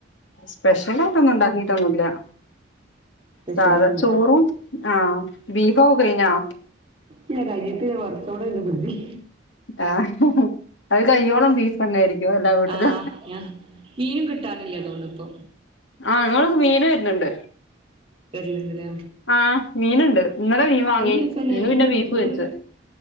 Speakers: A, on the left; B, on the right.
A: സ്പെഷ്യൽ ആയിട്ടൊന്നും ഇണ്ടാക്കീട്ടൊന്നുല്ല
B: സ്പെഷ്യൽ
A: സാധാ
B: ഒന്നും
A: ചോറും ആഹ് ബീഫൊക കഴ്ഞ്ഞൊ
B: ഇല്ല കയ്ഞിട്ടില്ല കൊറ്ച്ചൂട ഇണ്ട് ഫ്രിഡ്ജില്
A: ആഹ് അത് കയ്യോളം ബീഫെന്നെ ആയ്രിക്കൊ എല്ലാ വീട്ട്ല്
B: ആ ഞാൻ മീനും കിട്ടാനില്ല തോന്നുന്നു ഇപ്പൊ
A: ആഹ് ഞങ്ങളവ്ട്ക് മീന് വർൺണ്ട്
B: വര്ൺണ്ട്ലേ
A: ആഹ് മീന്ണ്ട്. ഇന്നലെ മീൻ വാങ്ങി
B: ബീഫ് തന്നെയാണ്
A: ഇന്ന് പിന്നെ ബീഫ്
B: ഇന്നും
A: വെച്ചു